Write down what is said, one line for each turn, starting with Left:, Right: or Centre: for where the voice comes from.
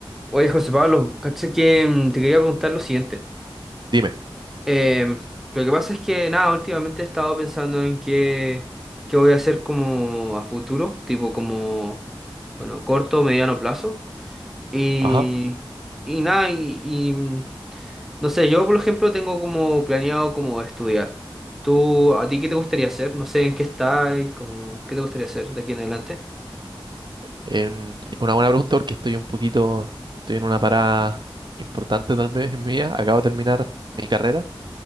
Centre: Oye, José Pablo, caché que mm, te quería preguntar lo siguiente.
Right: Dime,
Centre: Eh, lo que pasa es que, nada, últimamente he estado pensando en qué, qué voy a hacer como a futuro, tipo como, bueno, corto, mediano plazo. Y,
Right: ajá.
Centre: y nada, y, y, mm, no sé, yo por ejemplo tengo como planeado como estudiar. ¿Tú, a ti qué te gustaría hacer? No sé en qué estás, como, ¿qué te gustaría hacer de aquí en adelante?
Right: En- una buena pregunta porque estoy un poquito, estoy en una parada importante tal vez en mi Acabo de terminar mi carrera,